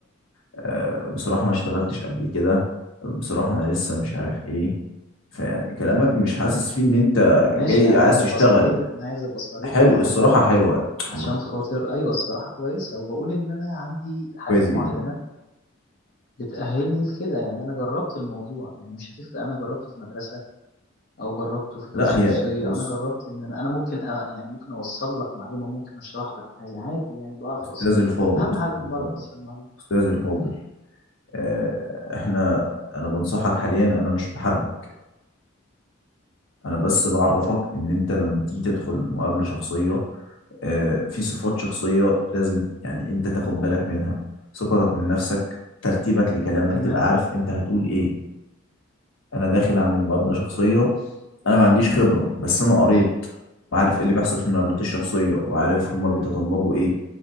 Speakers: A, on the left (about 75°); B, on the left (about 45°).
A: آآ بصراحة ما اشتغلتش قبل كده، بصراحة أنا لسه مش عارف إيه، فيعني كلامك مش حاسس فيه إن أنت
B: ماشي
A: جاي
B: أنا
A: عايز
B: عايز
A: تشتغل،
B: أبقى صريح، أنا عايز أبقى صريح
A: حلو
B: معاك
A: الصراحة حلوة <tsk>
B: عشان
A: ما اختلف
B: خاطر أيوه الصراحة كويسة، وباقول إن أنا عندي حاجات
A: كويس جدًا،
B: معيّنة بتأهّلني لكده، يعني أنا جرّبت الموضوع، يعني مش هتفرق أنا جرّبته في مدرسة او جربته في دروس
A: لأ هي
B: خصوصيه
A: بُص
B: انا جربت ان انا انا ممكن أ... يعني ممكن اوصل لك معلومه ممكن اشرح لك حاجه عادي يعني بعرف
A: أستاذي
B: اوصل المعلومه
A: الفاضل،
B: اهم
A: أستاذي
B: حاجه اكون
A: الفاضل،
B: بعرف اوصل المعلومه
A: أستاذي الفاضل آآ إحنا أنا بانصحك حاليًا أنا مش باحاربك. انا بس بعرفك ان انت لما تيجي تدخل مقابلة شخصية آه، في صفات شخصية لازم يعني انت تاخد بالك منها ثقتك من نفسك ترتيبك لكلامك
B: تمام
A: تبقى عارف انت هتقول ايه انا داخل اعمل مقابلة شخصية انا ما عنديش خبرة بس انا قريت وعارف ايه اللي بيحصل في المقابلات الشخصية وعارف هما بيتطلبوا ايه